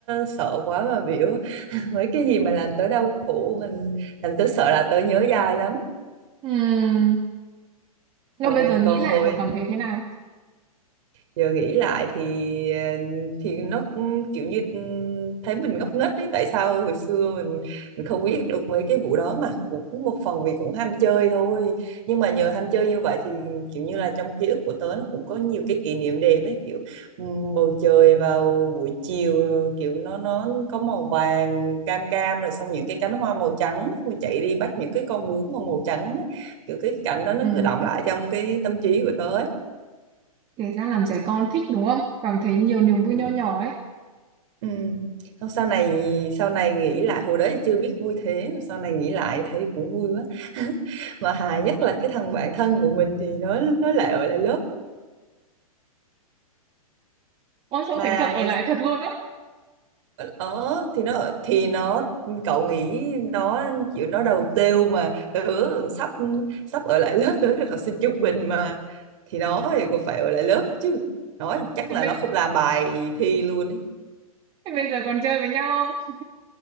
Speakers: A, on the right (about 55°); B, on the right (about 30°).
A: sợ quá mà biểu <laughs> mấy cái gì mà làm tớ đau khổ mình làm tớ sợ là tớ nhớ dai lắm
B: Ừ. Nhưng
A: còn
B: bây giờ nghĩ
A: còn
B: lại
A: hồi
B: cậu cảm thấy thế nào?
A: giờ nghĩ lại thì ờ, thì nó cũng kiểu như ừ, thấy mình ngốc nghếch đấy tại sao hồi xưa mình mình không biết được mấy cái vụ đó mà cũng một phần vì cũng ham chơi thôi nhưng mà nhờ ham chơi như vậy thì kiểu như là trong ký ức của tớ nó cũng có nhiều cái kỷ niệm đẹp ấy kiểu ừ, bầu trời vào buổi chiều ờ, kiểu nó nó có màu vàng cam cam rồi xong những cái cánh hoa màu trắng Mình chạy đi bắt những cái con bướm mà màu trắng ấy. kiểu cái cái cảnh đó nó
B: Ừ.
A: cứ đọng lại trong cái tâm trí của tớ ấy.
B: Kể ra làm trẻ con thích đúng không? Cảm thấy nhiều niềm vui
A: Ừ.
B: nho nhỏ ấy.
A: Ừ. Không, sau này sau này nghĩ lại hồi đấy thì chưa biết vui thế mà sau này nghĩ lại thấy cũng vui quá <laughs> mà hài nhất là cái thằng bạn thân của mình thì nó nó lại ở lại lớp
B: Ôi xong
A: mà
B: thế thật ở
A: ngày
B: lại thật luôn á.
A: ở ở- thì nó ở- thì nó cậu nghĩ nó chịu nó đầu têu mà tớ sắp sắp ở lại lớp tớ được học sinh trung bình mà thì nó thì còn phải ở lại lớp chứ nó chắc
B: Thế
A: là
B: bây,
A: nó không làm bài thi luôn
B: thế bây giờ còn chơi với nhau không?